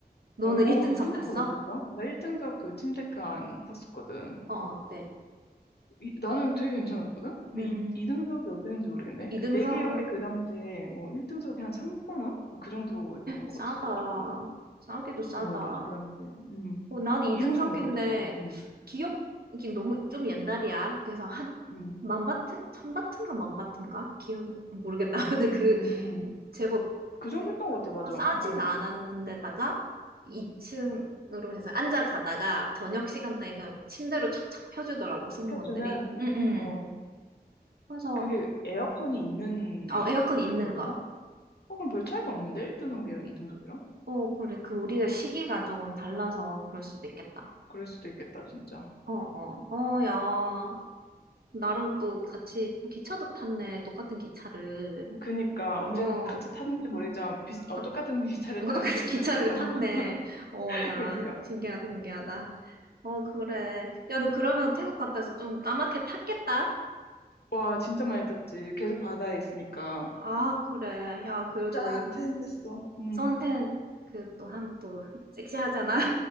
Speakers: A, on the right; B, on the left.
A: 너는
B: 오,
A: 1등석
B: 2등석은
A: 탔어?
B: 어땠어? 나 1등석 그 침대칸 탔었거든.
A: 어, 어, 어때?
B: 이- 나는 되게 괜찮았거든? 근데
A: 음,
B: 이, 2등석이 어땠는지 모르겠네.
A: 2등석은,
B: 그, 개역에 그 당시에, 어, 1등석이 한 3만 원? 그 정도였던 것
A: 싸다.
B: 같아서가지고.
A: 싸기도 싸다.
B: 어, 맞아, 그 당시에. 음.
A: 어, 난 이등석인데
B: 2등석은 어땠어? 음,
A: 기억이 너무 좀 옛날이야. 그래서 한
B: 음,
A: 만바튼 천바튼가 만바튼가 기억 모르겠다. <laughs> 근데
B: 음,
A: 그
B: 음, 음.
A: 제법
B: 그 정도
A: 생-
B: 했던 것 같아, 맞아.
A: 어, 싸진
B: 어,
A: 않았는데다가 2층으로
B: 음.
A: 해서 앉아 가다가 저녁 시간대에 그냥 침대로 착착 펴주더라고 승무원들이.
B: 표준은,
A: 응응.
B: 어,
A: 그래서
B: 그게 에어컨이 있는
A: 어, 에어컨
B: 바-
A: 있는
B: 그거였어?
A: 거.
B: 어, 그럼 별 차이가 없는데? 1등석이랑 2등석이랑?
A: 어 그래 그 우리가 시기가 조금 달라서 그럴 수도 있겠다.
B: 그럴 수도 있겠다, 진짜.
A: 어, 어, 어, 야, 나랑 또 같이 기차도 탔네. 똑같은 기차를.
B: 그니까 언제
A: 어,
B: 같이 탔는지 모르겠지만 비슷, 어,
A: 응,
B: 똑같은 <laughs> 기차를
A: 똑같은 <laughs>
B: 다른 데
A: 기차를
B: 탔겠다.
A: 탔네. 어,
B: <laughs>
A: 야,
B: 그니까
A: 신기하다, 신기하다. 어, 그래. 야, 너 그러면 태국 갔다 와서 좀 까맣게 탔겠다?
B: 와 진짜 많이 탔지. 계속 바다에 있으니까
A: 아, 그래. 야, 그래도
B: 쫙 트인댔어. 음
A: 선탠 그 또 하면 또 섹시하잖아.